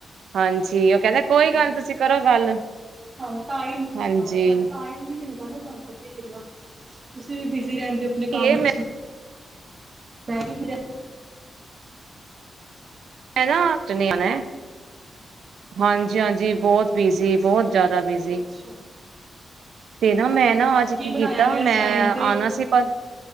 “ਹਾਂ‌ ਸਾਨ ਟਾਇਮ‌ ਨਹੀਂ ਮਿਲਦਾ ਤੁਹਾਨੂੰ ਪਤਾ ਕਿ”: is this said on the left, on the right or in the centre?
Right